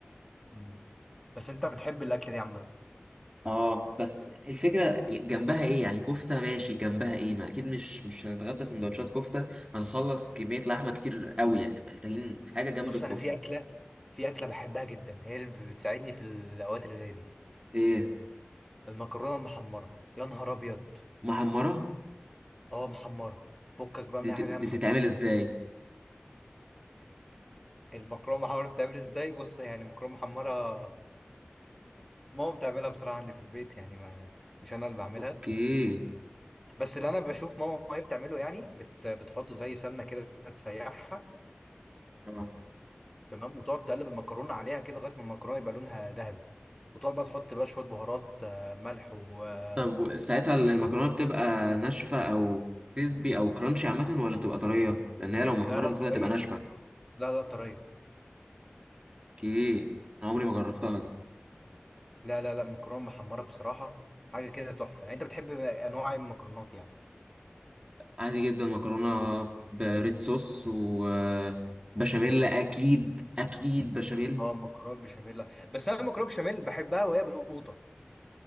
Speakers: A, in the centre; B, on the right.
A: مم. بس انت بتحب الأكلة دي عامة
B: اه بس الفكره جنبها ايه يعني كفته ماشي جنبها ايه ما اكيد مش مش هنتغدى سندوتشات كفته هنخلص كميه لحمه كتير قوي يعني محتاجين حاجه جنب
A: بص
B: الكفته
A: انا في أكلة في أكلة بحبها جدا هي اللي بتساعدني في الأوقات اللي زي دي
B: ايه
A: المكرونة المحمرة يا نهار أبيض
B: محمره
A: اه محمرة فكك بقى
B: دي
A: من اي
B: بت-
A: حاجة
B: دي
A: هي محمرة
B: بتتعمل ازاي
A: المكرونة محمرة بتتعمل ازاي بص يعني المكرونة محمرة ماما بتعملها بصراحة عندي في البيت يعني ما مش انا اللي بعملها
B: اوكي
A: بس اللي انا بشوف ماما وهي بتعمله يعني بت... بتحط زي سمنة كده تسيحها
B: اه
A: تمام وتقعد تقلب المكرونة عليها كده لغاية ما المكرونة يبقى لونها ذهبي وتقعد بقى تحط بقى شوية بهارات آه، ملح و آه،
B: طب ساعتها المكرونة
A: وكمون
B: بتبقى
A: كده.
B: ناشفة أو كريسبي أو كرانشي عامة ولا بتبقى طرية؟ لأن هي لو محمرة
A: لا لا
B: المفروض
A: طرية
B: هتبقى ناشفة.
A: لا لا طرية
B: اوكي أنا عمري ما جربتها دي.
A: لا لا لا مكرونة محمرة بصراحة حاجة كده تحفة يعني انت بتحب انواع المكرونات يعني
B: عادي جدا مكرونة بريد صوص وبشاميل أكيد أكيد بشاميل
A: اه مكرونه بشاميل لا. بس انا مكرونه بشاميل بحبها وهي بالقوطه